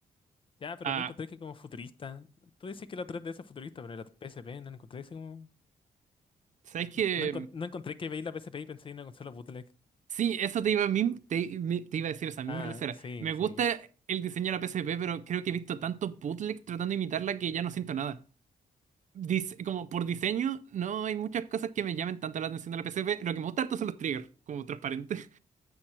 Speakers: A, on the left; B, on the right.
A: ya, pero
B: Ah,
A: no encontré que como futurista. Tú dices que la tres ds es futurista, pero la PSP no encontré ese como.
B: ¿sabes
A: No,
B: qué?
A: encon- no encontré que veí la PSP y pensé en una consola bootleg.
B: Sí, eso te iba, a mim- te, mi- te iba a decir esa misma
A: Ah,
B: lecera.
A: sí,
B: Me
A: sí.
B: gusta el diseño de la PSP, pero creo que he visto tanto bootleg tratando de imitarla que ya no siento nada. Dis- como por diseño, no hay muchas cosas que me llamen tanto la atención de la PSP. Lo que me gusta harto son los triggers, como transparentes.